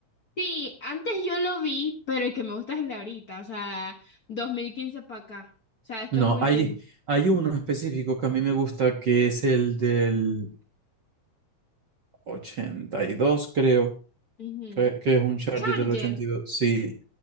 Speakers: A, on the left (about 40°); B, on the right (about 50°).
A: Sí, antes yo lo vi, pero el que me gusta es el de ahorita, o sea, dos mil quince para acá, o sea, estos
B: No,
A: últimos.
B: hay, hay uno específico que a mí me gusta que es el del 82 creo.
A: Ujú.
B: Que, que es un Charger
A: Charger.
B: del ochenta y dos Sí,